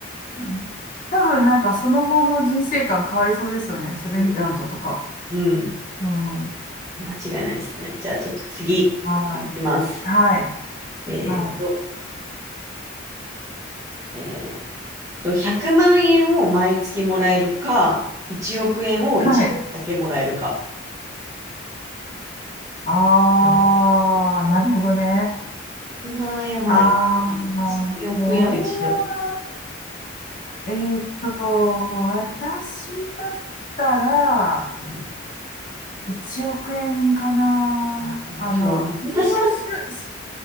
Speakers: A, on the left (about 40°); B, on the right (about 15°).
A: うん多分なんかその後の人生観変わりそうですよね。それ見た後とか。
B: う。うんうん。
A: うん。
B: うん。間違いないですね。じゃあ、ちょっと次、
A: は
B: いきます。
A: い。はい。
B: えーっと、
A: はい。
B: えーっと、100万円を毎月もらえるか、1億円を一度だけもらえるか。
A: はい。あー、
B: うん
A: なるほどね。
B: 100万円を毎月、
A: あー、
B: 1億円を一度。
A: まあ、これは、えーっと、私だったら、
B: うん、
A: 1億円かな。
B: あー、だから多分私は、
A: あの、運用し、し、